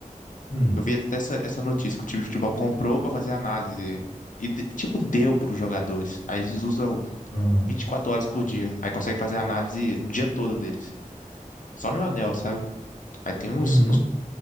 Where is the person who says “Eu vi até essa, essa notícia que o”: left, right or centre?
Left